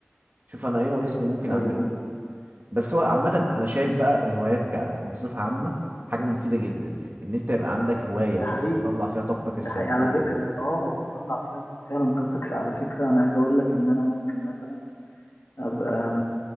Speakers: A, on the right (about 45°); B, on the left (about 80°).
A: شوف انا ايه ناقصني ممكن
B: ايوه
A: اعمله بس هو عامة انا شايف بقى الهوايات ك- بصفة عامة حاجة مفيدة جدا ان انت يبقى عندك هواية
B: ده حقيقي
A: بتطلع فيها طاقتك السلبية
B: ده حقيقي على فكره اه تطلع فيها فعلا طاقتك على فكره انا عايز اقول لك ان انا ممكن مثلا ابقى